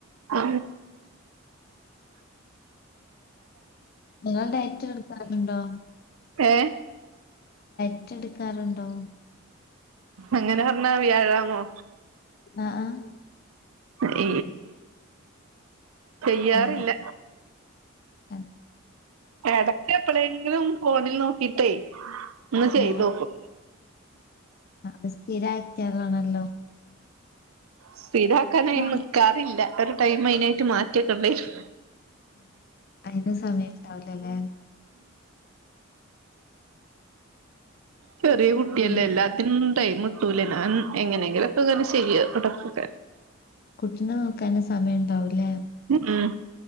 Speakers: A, on the right (about 80°); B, on the left (about 45°).
A: ആ
B: നിങ്ങൾ ഡയറ്റർ എടുക്കാറുണ്ടോ
A: ഏ
B: െടുക്കാറുണ്ടോ
A: അങ്ങനെ പറഞ്ഞാ വ്യാഴാമോ
B: ആഹ് ആഹ്.
A: <inaudible> ചെയ്യാറില്ല
B: ആഹ അ
A: ഇടക്ക എപ്പഴെങ്കിലും ഫോണിൽ നോക്കിട്ടേ ഒന്ന് ചെയ്തോക്കും
B: ആ അത് സ്ഥിര ആക്കാുള്ളാണല്ലോ
A: സ്ഥിരയ്ക്കാനായൻ
B: ആ,
A: നിക്കാറില്ല ഒരു ടൈം അയി മാറ്റിയക്ക ഉണ്ട
B: അയിന്റെ സമയം ഉണ്ടാവലല്ലേ
A: ചെറിയ കുട്ടിയല്ലേല്ല
B: പിന്നെ
A: എല്ലാത്തിനൊന്നും ടെ ട്ടൂലെ ഞൻ എങ്ങനെങ്കിലൊക്കെ അങ്ങനെ ചെയ്യുക തുടക്കക്ക
B: കുട്ടിനെ നോക്കാനും സമയം ഉണ്ടാവില്ലേ
A: ഉം